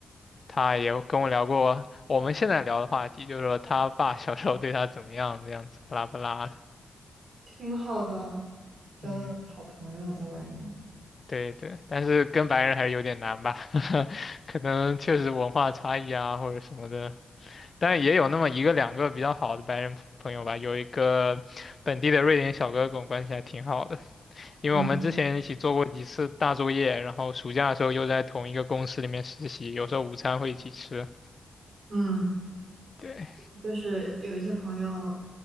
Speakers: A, on the left; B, on the right.
A: 他也跟我聊过我们现在聊的话题，就是说他爸小时候对他怎么样，这样子，巴拉巴拉。
B: 挺好的，交到好朋友在外面。
A: 嗯。对对，但是跟白人还是有点难吧，<laughs> 可能确实文化差异啊或者什么的，但也有那么一个两个比较好的白人朋友吧，有一个本地的瑞典小哥跟我关系还挺好的，因为我们之前一起做过几次大作业，
B: 嗯
A: 然后暑假的时候又在同一个公司里面实习，有时候午餐会一起吃。
B: 嗯。
A: 对，
B: 就是有一些朋友